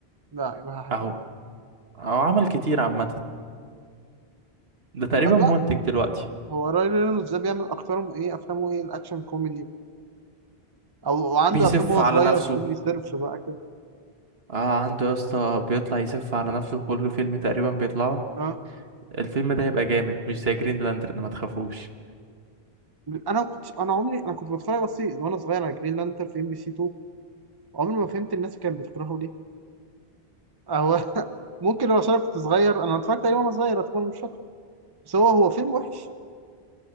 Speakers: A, on the right; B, on the right.
A: لا يبقى حاجه
B: اهو
A: تانية
B: او عمل كتير عامه ده تقريبا
A: آه، لا
B: منتج دلوقتي
A: هو راي رينولدز ده بيعمل اكترهم ايه افلامه ايه الاكشن كوميدي او وعنده
B: بيسف
A: افلام وهو
B: على
A: صغير
B: نفسه
A: كوميدي سيرف بقى كده
B: آه عنده يا اسطى بيطلع يسف على نفسه في كل فيلم تقريبا بيطلعه
A: اه
B: الفيلم ده هيبقى جامد مش زي جرين لانترن ما تخافوش
A: انا ما كنتش انا عمري انا كنت بتفرج بس وانا صغير على جرين لانترن في ام بي سي 2 عمري ما فهمت الناس كانت بتكرهه ليه هو <laughs> ممكن لو عشان أنا كنت صغير انا اتفرجت عليه وانا صغير اعتبر مش فاكر بس هو هو فيلم وحش